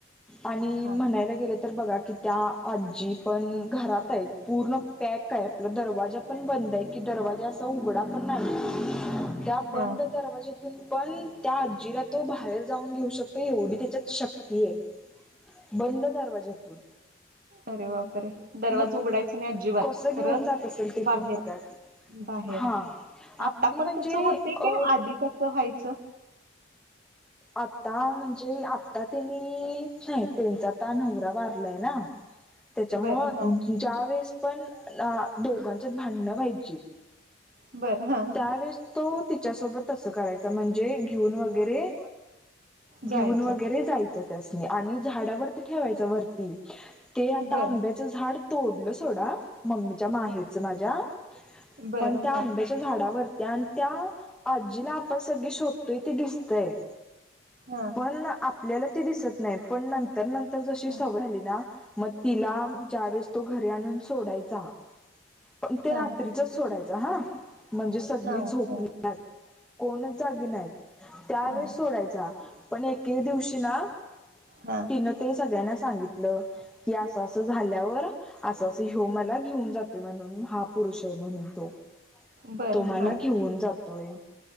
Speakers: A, in the centre; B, on the right (about 45°).
A: आणि
B: हा
A: म्हणायला गेलं तर बघा की त्या आजी पण घरात आहेत पूर्ण पॅक आहे आपला दरवाजा पण बंद. बंद आहे की दरवाजा असा उघडा पण नाही त्या बंद
B: हा
A: दरवाजा पण त्या आजीला तो बाहेर जाऊन घेऊ शकतो एवढी त्याच्यात शक्ती आहे. बंद दरवाज्यातून
B: अरे बापरे दरवाजा
A: मग
B: उघडायच नाही अजिबात
A: कसं
B: खरं
A: घेऊन जात असेल ते
B: बाहेर
A: पण बघा की
B: बाहेर
A: हा आपली
B: आता पण
A: म्हणजे
B: तसं होत
A: अ
B: की आधी तस व्हायचं.
A: आता म्हणजे आता त्यांनी नाही त्यांचा आता नवरा वारलाय ना त्याच्या मुळे
B: बरं हा
A: ज्या वेळेस पण अं दोघांच्यात भांडणं व्हायची.
B: बरं हां
A: त्यावेेळेस तो तिच्यासोबत तसं करायचा म्हणजे घेऊन वगैरे. घेऊन
B: जायचा
A: वगैरे जायचं त्यासनी आणि झाडावरती ठेवायचं वरती. ते आता
B: बरं
A: आंब्याचं झाड तोडलं सोडा. मम्मीच्या माहेरच
B: हं
A: माझ्या
B: बरं
A: पण त्या आंब्याच्या
B: हां
A: झाडावरती आणि त्या आजीला आपण सगळी शोधतोय ते दिसतय.
B: हां
A: पण आपल्याला ती दिसत नाही पण नंतर नंतर जशी
B: हां
A: सवय झाली ना मग तिला ज्या वेळेस तो घरी आणून सोडायचा पण ते
B: हां
A: रात्रीचच सोडायचा हा म्हणजे सगळी
B: हां
A: झोपल्या
B: हां
A: - कोण जागी नाहीत. त्यावेेळेस
B: हां
A: सोडायचा पण एके दिवशी ना.
B: हां
A: तिन ते सगळ्यांना सांगितलं. - की असं अस झाल्यावर असं असं हेव मला घेऊन जाते म्हणून महापुरुष आहे. म्हण तो.
B: बरं
A: तुम्हाला
B: हां
A: घेऊन जातोय